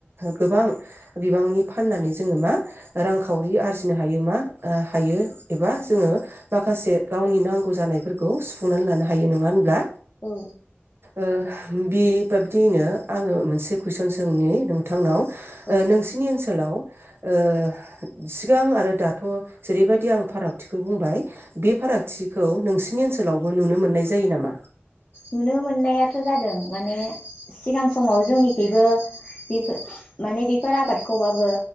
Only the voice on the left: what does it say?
औ
औ
नुनो मोननायाथ जादों माने सिगां समाव जोंनिखैबो बेफोर माने बेफोर आबादखौबाबो